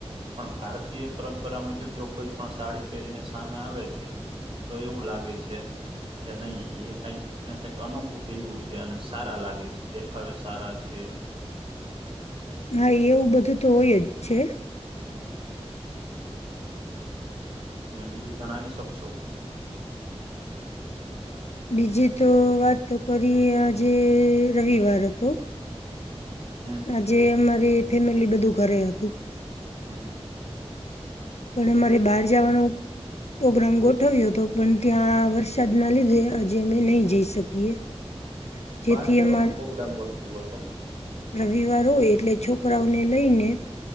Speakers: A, on the right; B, on the left.
A: પણ ભારતીય પરંપરા મુજબ જો કોઈ પણ સાડી પહેરીને સામે આવે છે- - તો એવું લાગે છે કે નહી એ કઈક- - ને કઈક અનોખું પેહરું છે અને સારા લાગે છે દેખાવ સારા છે.
B: હા એવું બધું તો હોય જ છે.
A: તમે બીજું જણાવી શકશો?
B: બીજી તો વાત કરીએ આજે રવિવાર હતો- -
A: હમ
B: આજે અમારી ફેમિલી બધું ઘરે હતું.
A: હમ
B: પણ અમારે બહાર જવાનો- - પ્રોગ્રામ ગોઠવ્યો હતો પણ ત્યાં વરસાદના લીધે આજે અમે નહી જઈ શકીએ. જેથી
A: બહાર જવાનો
B: અમારે
A: પ્રગ્રામ ગોઠવ્યો હતો?
B: રવિવાર હોય એટલે છોકરાઓને લઈને- -